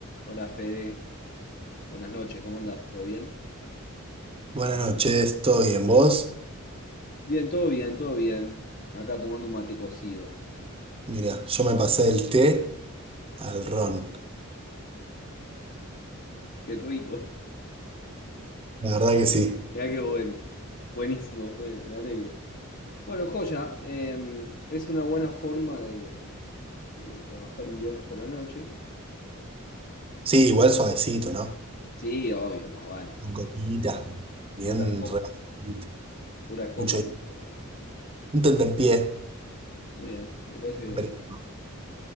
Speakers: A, on the left; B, on the right.
A: Hola Fede, buenas noches, ¿cómo andás? ¿Todo bien?
B: Buenas noches, ¿todo bien vos?
A: Bien, todo bien, todo bien. Acá tomando un mate cocido.
B: Mira, yo me pasé del té al ron.
A: Qué rico. <laughs>
B: La verdad que sí.
A: Mirá qué bueno. Buenísimo, Fede, me alegro. Bueno, joya, em, es una buena forma de, de trabajar un viernes por la noche.
B: Sí, igual suavecito, ¿no?
A: Sí, obvio, más vale.
B: Con coquita, bien
A: Pura coca.
B: rebajadito.
A: Pura coca
B: Mucho.
A: y porro.
B: Un tentempié.
A: Muy bien, me parece bien.
B: aperitivo.